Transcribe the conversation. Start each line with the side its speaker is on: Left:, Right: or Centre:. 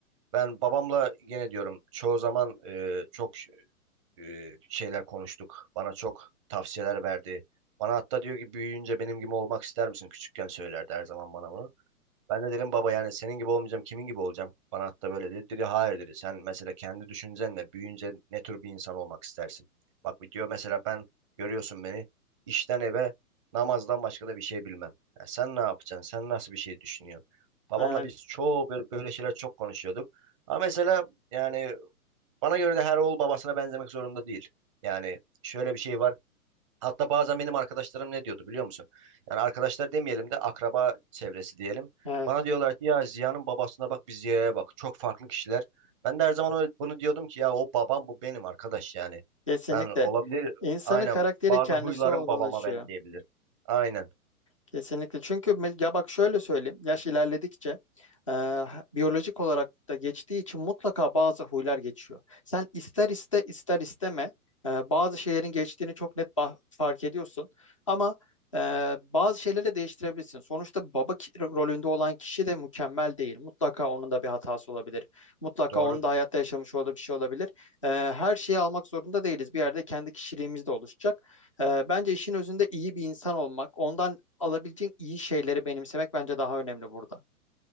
Right: ben babamla gene diyorum çoğu zaman e, çok e, şeyler konuştuk. Bana çok tavsiyeler verdi. Bana hatta diyor ki büyüyünce benim gibi olmak ister misin? Küçükken söylerdi her zaman bana bunu. Ben de dedim baba yani senin gibi olmayacağım kimin gibi olacağım? Bana hatta böyle dedi. Dedi hayır dedi. Sen mesela kendi düşüncenle büyüyünce ne tür bir insan olmak istersin? Bak diyor mesela ben görüyorsun beni işten eve namazdan başka da bir şey bilmem. Ya sen ne yapacaksın? Sen nasıl bir şey düşünüyorsun? Babamla
Left: evet,
Right: biz çoğu böyle, böyle şeyler çok konuşuyorduk. Ama mesela yani bana göre de her oğul babasına benzemek zorunda değil. Yani şöyle bir şey var. Hatta bazen benim arkadaşlarım ne diyordu biliyor musun? Yani arkadaşlar demeyelim de akraba çevresi diyelim.
Left: evet,
Right: Bana diyorlar ki ya Ziya'nın babasına bak bir Ziya'ya bak. Çok farklı kişiler. Ben de her zaman öyle- bunu diyordum ki ya o babam bu benim arkadaş yani.
Left: kesinlikle
Right: Ben olabilir
Left: insanın
Right: aynen
Left: karakteri
Right: bazı
Left: kendisi
Right: huylarım
Left: olgunlaşıyor.
Right: babama benzeyebilir. Aynen
Left: Kesinlikle. Çünkü me- ya bak şöyle söyleyeyim. Yaş ilerledikçe e, biyolojik olarak da geçtiği için mutlaka bazı huylar geçiyor. Sen ister iste ister isteme e, bazı şeylerin geçtiğini çok net ba- fark ediyorsun. Ama e, bazı şeyleri de değiştirebilirsin. Sonuçta baba ki- rolünde olan kişi de mükemmel değil. Mutlaka onun da bir hatası olabilir. Mutlaka
Right: doğrudur.
Left: onun da hayatta yaşamış olduğu bir şey olabilir. E, her şeyi almak zorunda değiliz. Bir yerde kendi kişiliğimiz de oluşacak. E, bence işin özünde iyi bir insan olmak, ondan alabileceğin iyi şeyleri benimsemek bence daha önemli burada.